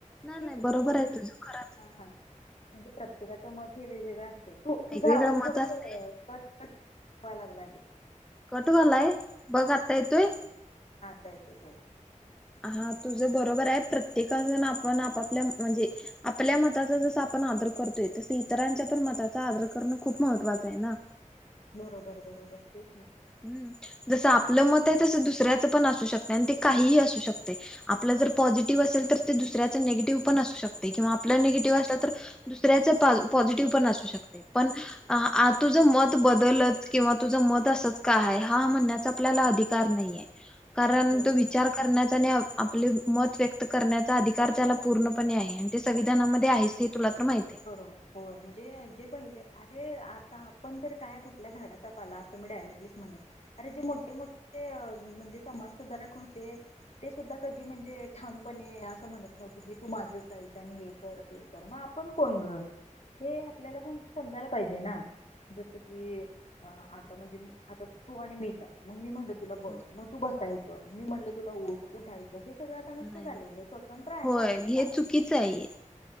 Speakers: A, in the centre; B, on the left.
A: नाही
B: ठीक
A: नाही बरोबर
B: तू बोललीस
A: आहे तुझ खरंच
B: हा हा म्हणजे प्रत्येकाचं मत हे वेगवेगळं त तुझा
A: वेगवेगळं
B: आवाज
A: मत
B: थोडंस
A: असत
B: कट कट व्हाय लागलाय बघ.
A: कट व्हायलाय बघ आता येतोय
B: काय ते बोल
A: हा तुझं बरोबर आहे प्रत्येका जण आपण आपापल्या म्हणजे आपल्या मताचा जस आपण आदर करतोय तसं इतरांच्या पण मताचा आदर करणं खूप महत्वाचं आहे ना.
B: बरोबर बरोबर ते
A: हम् जसं आपलं मत आहे तसं दुसऱ्याचं पण असू शकते आणि ते काहीही असू शकतंय आपलं जर पॉसिटीव्ह असेल तर ते दुसऱ्याचं निगेटिव्ह पण असू शकतंय किंवा आपलं निगेटिव्ह असलं तर दुसऱ्याचं पा पॉसिटीव्ह पण असू शकतंय पण आ आ तुझं मत बदललंच की किंवा तुझं मत अस का आहे हा म्हणण्याचा आपल्याला अधिकार नाहीये. कारण
B: बरोबर
A: तो विचार
B: आहे
A: करण्याचा आणि आपले मत व्यक्त करण्याचा अधिकार त्याला पूर्णपणे आहे आणि ते संविधानामध्ये आहेच हे तुला तर माहित आहे.
B: बरोबर होय म्हणजे जे पहिले अरे आता आपण तर काय कुठल्या झाडाचा पाला असं मी डायरेक्टलीच म्हणेल अरे जे मोठे मोठे म्हणजे समाज सुधारक होते ते सुद्धा कधी म्हणजे ठामपणे असं म्हणत नव्हते की तू माझंच ऐक आणि हे कर ते कर मग आप पण कोण गं हे आपल्याला पण समजायला पाहिजे ना जसं की आता म्हणजे आता तू आणि मीचा मग मी म्हणल तुला बस
A: हो.
B: मग तू बसायच मी म्हणलं तुला उठ उठायचं हे सगळं आता नष्ट
A: नाही
B: झालंय
A: नाही
B: गं स्वतंत्र आहे
A: होय
B: आपल्याला.
A: हे चुकीचं आहे.